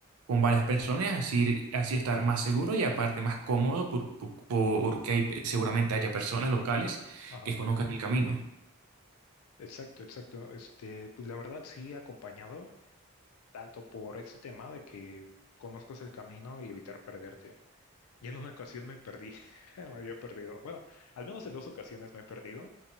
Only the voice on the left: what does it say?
Ajá.
Exacto, exacto. Este, pues la verdad sí, acompañado tanto por ese tema de que conozcas el camino y evitar perderte. Y en una ocasión me perdí, <laughs> me había perdido. Bueno, al menos en dos ocasiones me he perdido,